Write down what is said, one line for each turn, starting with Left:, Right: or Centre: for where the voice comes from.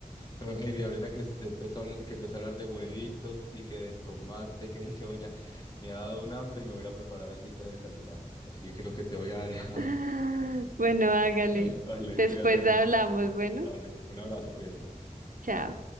Left: Pero Heidi, ahorita que usted empezó a hablar, que empezó a hablar de huevitos y que de tomate <laughs> y que de cebolla, me ha dado un hambre y me voy a ir a preparar algo de desayunar. Así que creo que te voy a dejar.
Right: <laughs> Bueno, hágale.
Left: <laughs> Vale,
Right: Después
Left: cuídate mucho.
Right: hablamos. Bueno,
Left: Dale, un abrazo, cuídate.
Right: chao.